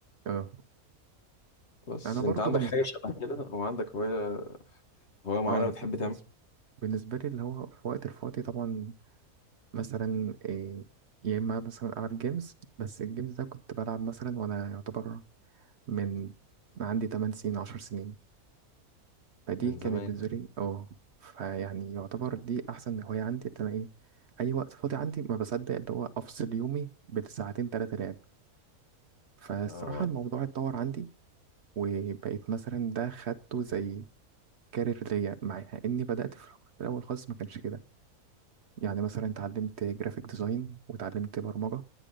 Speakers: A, on the right; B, on the left.
A: اه
B: بس
A: أنا برضو
B: أنت عندك
A: بالنسبة
B: حاجة شبه كده أو عندك هواية هواية معينة
A: اه
B: بتحب
A: بالنسبة
B: تعملها
A: بالنسبة لي اللي هو في وقت الفاضي طبعا مثلا إيه يا إما مثلا ألعب جيمز بس الجيمز ده كنت بلعب مثلا وأنا يعتبر من عندي 8 سنين 10 سنين فدي
B: من
A: كانت
B: زمان
A: بالنسبة لي اه فيعني يعتبر دي أحسن هواية عندي إن أنا إيه أي وقت فاضي عندي ما بصدق اللي هو أفصل يومي بساعتين تلاتة لعب فالصراحة
B: آه
A: الموضوع اتطور عندي وبقيت مثلا ده خدته زي كارير ليا مع إني بدأت في الأول خالص ما كانش كده يعني مثلا اتعلمت جرافيك ديزاين واتعلمت برمجة